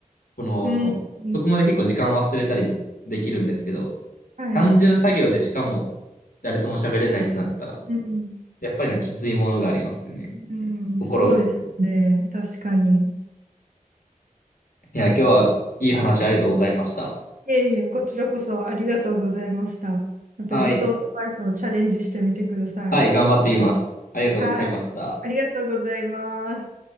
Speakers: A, on the left; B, on the right.
A: この、
B: うん。うん
A: そこまで結構時間忘れたりできるんですけど、
B: はいはい。
A: 単純作業でしかも誰とも喋れないってなったら、
B: うん。
A: やっぱりなんかきついものがありますよね。
B: うん。
A: 心が。
B: そうですね。確かに。い
A: いや、今日はいい話ありがとうございました。
B: えいえ、こちらこそありがとうございました。またリゾートバイトをチャレンジしてみてください。
A: はい。はい、頑張ってみます。ありがとうございました。
B: はい。ありがとうございます。